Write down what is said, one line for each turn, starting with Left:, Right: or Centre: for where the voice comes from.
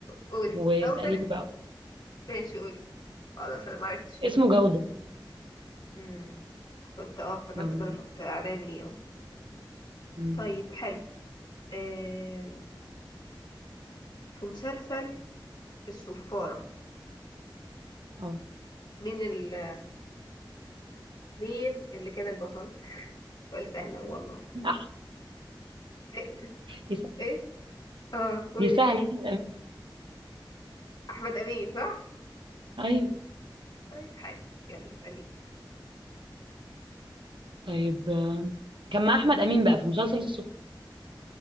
Left: قولي
Right: واسأليني
Left: او سأليني
Right: بقى
Left: ماشي قولي خلاص انا معرفتش قولي
Right: اسمه جودة
Left: امم كنت اه افتكرت
Right: جودة
Left: ان انا شفت اعلان ليه اهو
Right: مم.
Left: طيب حلو آه في مسلسل الصفارة
Right: اه
Left: مين ال مين اللي كان البطل سؤال سهل أهو والله
Right: أح-
Left: ايه
Right: دي سهلة
Left: ايه اه قولي
Right: دي سهلة
Left: مين
Right: أحمد أمين
Left: احمد امين صح
Right: أيوه
Left: طيب حلو يلا اسالي
Right: طيب آه، كان مع أحمد أمين بقى في مسلسل الصف